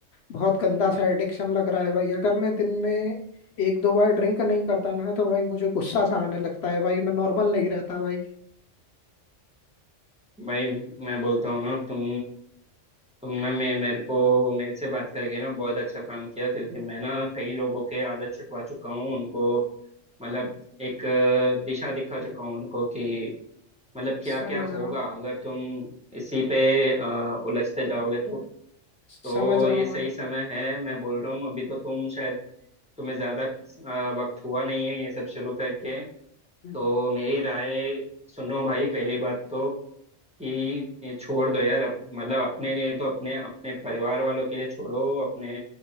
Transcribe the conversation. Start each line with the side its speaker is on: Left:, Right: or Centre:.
Left: बहुत गंदा सा एडिक्शन लग रहा है भाई अगर मैं दिन में एक दो बार ड्रिंक नहीं करता ना तो भाई मुझे गुस्सा सा आने लगता है भाई मैं नॉर्मल नहीं रहता भाई
Centre: भाई मैं बोलता हूँ ना तुम तुम ना मैं मेरे को मेरे से बात करके ना बहुत अच्छा काम किया क्योंकि मैं ना कई लोगों के आदत छुटवा चुका हूँ उनको मतलब एक अ, दिशा दिखा चुका हूँ उनको कि मतलब क्या
Left: समझ
Centre: क्या
Left: रहा
Centre: होगा
Left: हूँ
Centre: अगर तुम इसी पे अ, उलझते जाओगे तो
Left: समझ
Centre: तो
Left: रहा
Centre: ये
Left: हूँ
Centre: सही
Left: भाई
Centre: समय है मैं बोल रहा हूँ अभी तो तुम शायद तुम्हें ज्यादा अ, वक्त हुआ नहीं है ये सब शुरू करके
Left: हम्म।
Centre: तो मेरी राय सुनो भाई पहली बात तो कि ये छोड़ दो यार अप, मतलब अपने लिए तो अपने अपने परिवार वालों के लिए छोड़ो अपने